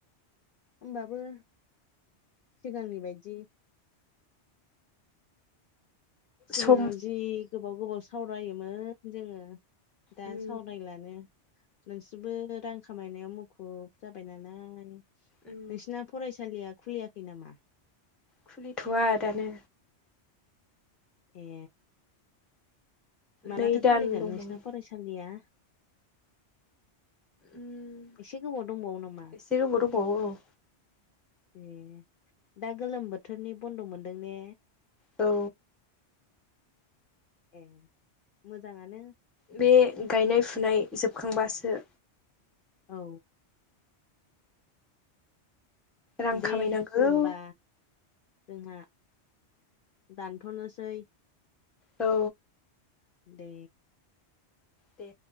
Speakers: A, on the left (about 60°); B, in the centre.
A: होमबाबो सिगांनि बायदि सिगाङाव
B: सम
A: जि गोबाव गोबाव सावरायोमोन जोङो दा
B: उम
A: सावरायलानो। नोंसोरबो रां खामायनायाव मुखुब जाबाय नालाय।
B: उम
A: नोंसिना फरायसालिया खुलियाखै नामा?
B: खुलिथ'आ दानो।
A: ए। मालाथो
B: नै दान
A: खुलिगोन
B: दंबावो
A: नोंसिना फरायसालिया?
B: उम
A: एसे गोबाव दंबावो नामा?
B: एसे गोबाव दंबावो औ
A: ए दा गोलोम बोथोरनि बन्द' मोनदों ने?
B: औ।
A: ए मोजाङानो।
B: बे गायनाय फुनाय जोबोद खांबासो
A: औ।
B: रां
A: दे
B: खामायनांगौ
A: होमबा। जोंहा दानथ'नोसै।
B: औ।
A: दे।
B: दे।